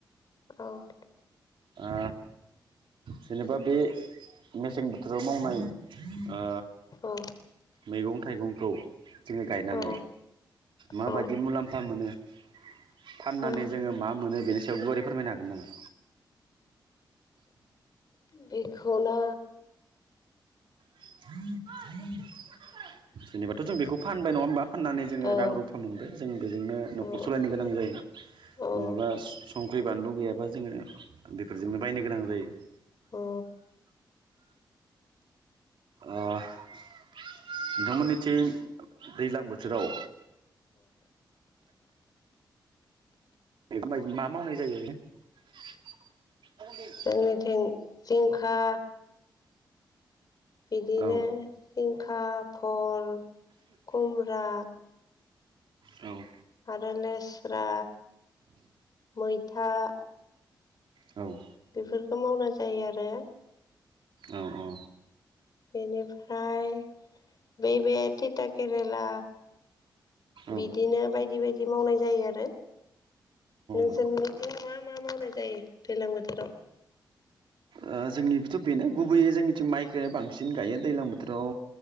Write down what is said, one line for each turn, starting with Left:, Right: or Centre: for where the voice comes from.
Left: औ
Right: ओ जेनेबा बे मेसें बोथोराव मावनाय ओ
Left: औ
Right: मैगं थाइगंखौ जोङो गायनानै
Left: औ
Right: माबायदि
Left: औ
Right: मुलाम्फा मोनो? फाननानै
Left: औ
Right: जोङो मा मोनो बेनो फिसायाव गुवै फोरमायनो हागोन नामा?
Left: बेखौनो
Right: <inaudible> जेनेबाथ' जों बेखौ फानबाय नङा होमबा? फाननानै जोङो
Left: औ
Right: रां रुफा मोनबाय जों बेजोंनो न'खर
Left: औ
Right: सालायनो गोनां जायो
Left: औ
Right: मालाबा संख्रि बानलु गैयाबा जोङो बेफोरजोंनो बायनो गोनां जायो <inaudible>
Left: औ
Right: ओ नोंथांमोननिथिं दैज्लां बोथोराव बेफोरबायदि मा मावनाय जायो <unintelligible>
Left: जोंनिथिं जिंखा बिदिनो
Right: औ
Left: खा भल कुम्ब्रा
Right: औ
Left: आरो लेस्रा मैथा
Right: औ
Left: बेफोरखौ मावना जायो आरो
Right: औ औ
Left: बेनिफ्राय बैबे थिथा केरेला
Right: औ
Left: बिदिनो बायदि बायदि मावनाय जायो आरो नोंसोरनिथिं
Right: औ
Left: मा मा मावनाय जायो दैलां बोथोराव?
Right: ओ जोंनिबोथ' बेनो गुबैयै जोंनिथिं माइखो बांसिन गायो दैज्लां बोथोराव